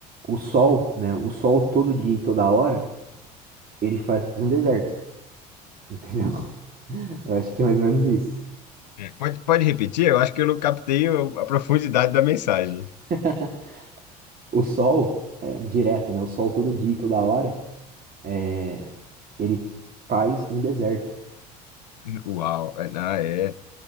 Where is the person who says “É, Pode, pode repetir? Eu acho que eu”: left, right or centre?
Left